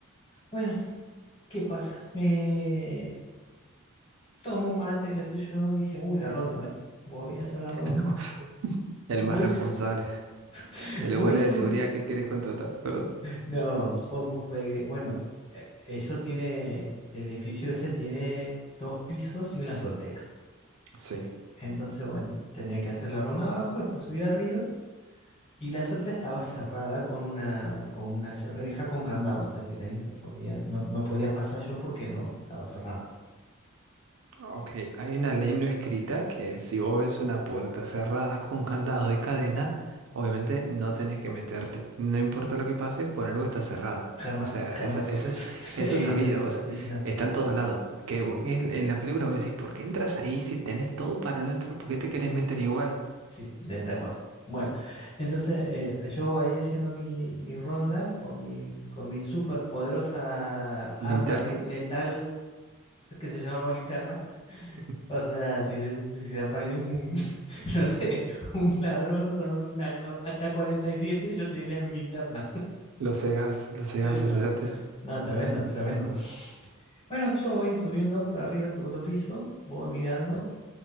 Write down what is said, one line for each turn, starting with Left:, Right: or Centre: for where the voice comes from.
Left: Bueno, ¿qué pasa? Me... tomé un mate, qué sé yo, y dije, uy, la ronda, bueno, voy a hacer la
Right: <laughs>
Left: ronda.
Right: El
Left: Voy,
Right: más responsable.
Left: su- <laughs>
Right: El
Left: voy
Right: guardia
Left: su...
Right: de seguridad que quieres contratar, ¿verdad?
Left: No, vos- vos podés creer, bueno, eh, eso tiene, el edificio ese tiene dos pisos y una azotea.
Right: Sí.
Left: Entonces, bueno, tenía que hacer la ronda abajo, después subí arriba, y la azotea estaba cerrada con una, con una c- reja con candado, o sea que de ahí no se podía, no, no podía pasar yo porque no estaba cerrada.
Right: Ok, hay una ley no escrita que si vos ves una puerta cerrada con candado y cadena, obviamente no tenés que meterte. No importa lo que pase, por algo está cerrado.
Left: Jamás,
Right: O sea,
Left: jamás.
Right: eso, eso es,
Left: <laughs>
Right: eso
Left: Es
Right: es sabido.
Left: la-
Right: O sea,
Left: sí, sí, no.
Right: está en todos lados. Que
Left: sí.
Right: vo- que en en la película vos decís, ¿por qué entras ahí si tenés todo para no entrar? ¿Por qué te querés meter igual?
Left: Sí, de tal cual. Bueno, entonces eh, yo ahí haciendo mi, mi ronda con mi, con mi súper poderosa arma
Right: Linterna.
Left: le- letal que se llamaba linterna.
Right: <laughs>
Left: O sea, si, se- si se aparece un, <laughs> no sé, un ladrón con un A K A K cuarenta y siete yo tenía mi linterna. <laughs>
Right: Los cegas, los cegas,
Left: Sí, no.
Right: olvídate.
Left: No, tremendo, tremendo. Bueno, yo voy subiendo para arriba al segundo piso, voy mirando.